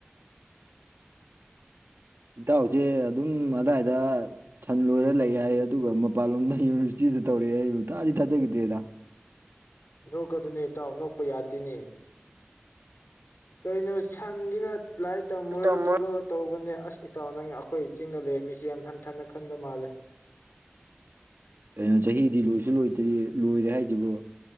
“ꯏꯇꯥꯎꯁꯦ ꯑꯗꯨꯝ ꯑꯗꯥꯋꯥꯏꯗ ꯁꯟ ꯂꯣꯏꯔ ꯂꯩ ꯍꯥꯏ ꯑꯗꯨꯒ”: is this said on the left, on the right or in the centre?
Right